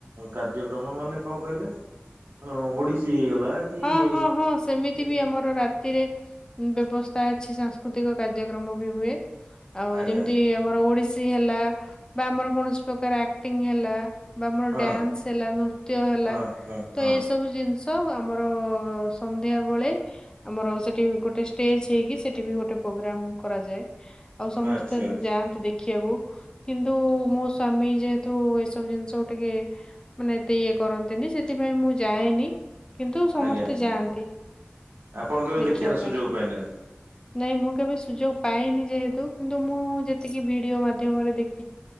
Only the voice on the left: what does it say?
ହଁ ହଁ ହଁ ସେମିତି
ବି ଆମର ରାତିରେ। ବ୍ୟବସ୍ଥା ଅଛି ସାଂସ୍କୃତିକ କାର୍ଯ୍ୟକ୍ରମ ବି ହୁଏ। ଆଉ
ଯେମିତି ଆମର ଓଡିଶୀ ହେଲା ବା ଆମର କୌଣସି ପ୍ରକାର ଆକ୍ଟିଂ ହେଲା। ବା ଆମର
ଡ୍ୟାନ୍ସ ହେଲା ନୃତ୍ୟ ହେଲା
ତ
ଏସବୁ ଜିନିଷ। ଆମର ସନ୍ଧ୍ୟାବେଳେ। ଆମର ସେଠି ଗୋଟେ ଷ୍ଟେଜ ହେଇକି ସେଠି ବି ଗୋଟେ ପ୍ରୋଗ୍ରାମ କରାଯାଏ। ଆଉ ସମସ୍ତେ
ଯାଆନ୍ତି ଦେଖିବାକୁ। କିନ୍ତୁ ମୋ ସ୍ଵାମୀ ଯେହେତୁ ଏସବୁ ଜିନିଷ ଟିକେ। ମାନେ ଏତେ ଇଏ କରନ୍ତିନି ସେଥିପାଇଁ ମୁଁ ଯାଏନି। କିନ୍ତୁ ସମସ୍ତେ
ଯାଆନ୍ତି
ଦେଖିବା
ପାଇଁ।
ନାଇଁ ମୁଁ କେବେ ସୁଯୋଗ ପାଇନି ଯେହେତୁ କିନ୍ତୁ ମୁଁ ଯେତିକି ଭିଡିଓ ମାଧ୍ୟମରେ ଦେଖି